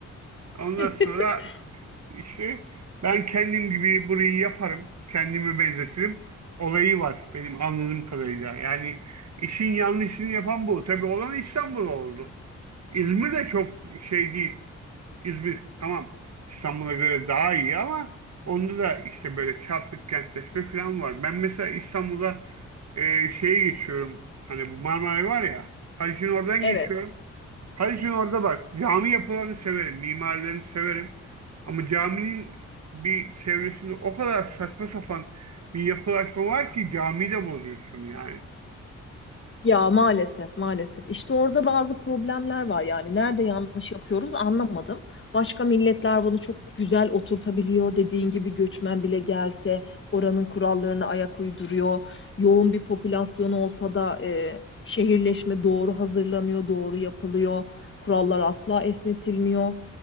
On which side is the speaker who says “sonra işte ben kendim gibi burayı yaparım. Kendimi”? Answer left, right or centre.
Right